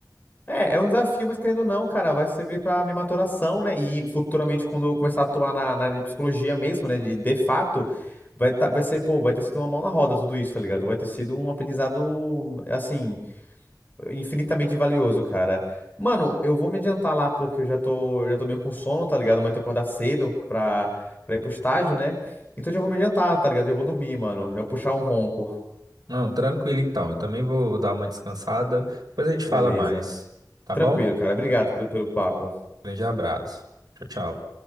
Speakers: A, on the left; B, on the right.
A: É, é um desafio, mas querendo ou não, cara, vai servir pra minha maturação, né? E futuramente, quando eu começar a atuar na, na área de psicologia mesmo, né? De, de fato, vai, tá, vai ser, pô, vai ter sido uma mão na roda tudo isso, tá ligado? Vai ter sido um aprendizado, assim, infinitamente valioso, cara. Mano, eu vou me adiantar lá porque eu já tô, eu já tô meio com sono, tá ligado? Amanhã eu que acordar cedo pra, pra ir pro estágio, né? Então eu já vou me adiantar, tá ligado? Já vou dormir, mano. Já vou puxar um ronco.
B: Não, tranquilo então. Eu também vou dar uma descansada. Depois a gente
A: Beleza.
B: fala mais, tá
A: Tranquilo,
B: bom?
A: cara. Obrigado pelo, pelo papo.
B: Grande abraço. Tchau, tchau.